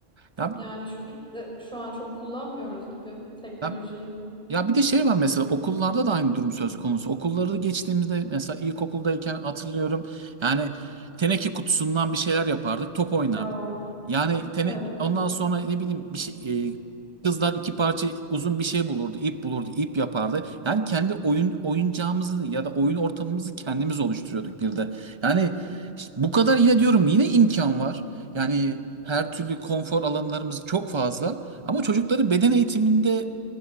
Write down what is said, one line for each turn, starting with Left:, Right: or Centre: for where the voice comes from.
Right: Ya,
Centre: Yani şu, biz de şu an çok kullanmıyoruz gibi teknolojiyi.
Right: ya Ya bir de şey var mesela okullarda da aynı durum söz konusu. Okulları geçtiğimizde mesela ilkokuldayken hatırlıyorum. Yani teneke kutusundan bir şeyler yapardık, top oynardık.
Centre: Ya.
Right: Yani tene
Centre: Evet.
Right: ondan sonra ne bileyim bir şey e, kızlar iki parça uzun bir şey bulurdu, ip bulurdu, ip yapardı. Yani kendi oyun oyuncağımızı ya da oyun ortamımızı kendimiz oluşturuyorduk bir de. Yani işte bu kadar yine diyorum yine imkan var. Yani her türlü konfor alanlarımız çok fazla ama çocukları beden eğitiminde